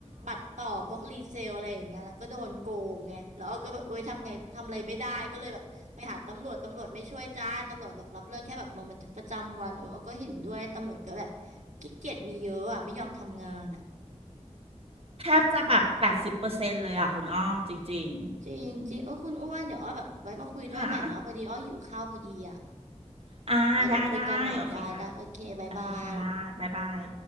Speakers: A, on the right; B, on the right.
A: บัตรต่อพวกรีเซลอะไรอย่างเงี้ยแล้วก็โดนโกงไงแล้วอ้อก็แบบโอ๊ยทำไงทำอะไรไม่ได้ก็เลยแบบไปหาตำรวจตำรวจไม่ช่วยจ้าตำรวจแบบรับเรื่องแค่แบบลงบันทึกประจำวันเอออ้อก็เห็นด้วยตำรวจก็แบบขี้เกียจมีเยอะอ่ะไม่ยอมทำงานอ่ะ
B: แทบจะแบบแปดสิบเปอร์เซ็นต์เลยอ่ะคุณอ้อจริงๆอืม
A: จริงจริงเออคุณอ้วนเดี๋ยวอ้อแบบไว้มาคุยด้วยใหม่เนาะพอดีอ้อหิวข้าวพอดีอ่ะ
B: ค่ะอ่าได้ได้โอเคค่ะ
A: ไว้เดี๋ยวคุยกันใหม่ได้ได้โอเคบ๊ายบาย
B: โอเคค่ะบ๊ายบาย